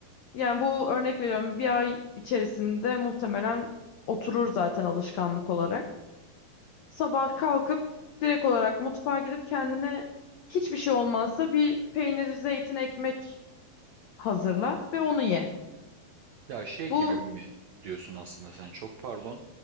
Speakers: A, on the left; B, on the right.
A: Yani bu örnek veriyorum bir ay içerisinde muhtemelen oturur zaten alışkanlık olarak. Sabah kalkıp direkt olarak mutfağa gidip kendine hiçbir şey olmazsa bir peynir, zeytin, ekmek hazırla ve onu ye.
B: Ya şey
A: Bu
B: gibi mi diyorsun aslında sen çok pardon.